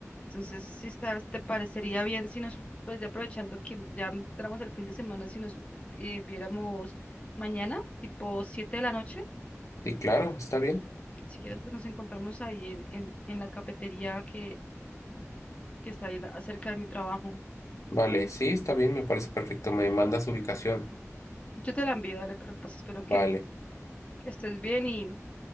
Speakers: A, on the left; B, on the left.
A: Entonces, si estás, te parecería bien si nos, pues ya aprovechando que ya entramos el fin de semana, si nos eh, viéramos mañana, tipo 7 de la noche,
B: Sí, claro, está bien.
A: si quieres, pues nos encontramos ahí en, en, en la cafetería que, que está ahí la- cerca de mi trabajo.
B: Vale, sí, está bien, me parece perfecto. Me mandas ubicación.
A: Yo te la envío, dale, pero pues espero
B: Vale.
A: que estés bien y,